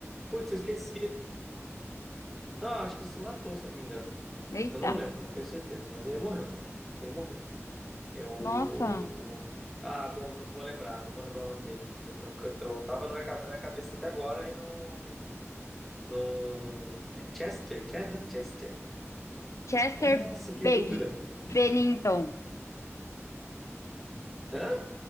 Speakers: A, in the centre; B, on the left.
A: Putz, eu esqueci. Não, acho que ele se matou, se eu não me engano.
B: Eita.
A: Eu não lembro, não tenho certeza, mas ele morreu. Ele morreu. Eu.
B: Nossa.
A: Ah, bom, não vou lembrar, não vou lembrar o nome dele. Eu, eu, eu tava na minha, ca- na minha cabeça até agora e não. no é Chester, Chester, não é Chester.
B: Chester
A: Nossa, que
B: Beg...
A: dúvida.
B: Bennington.
A: Hã?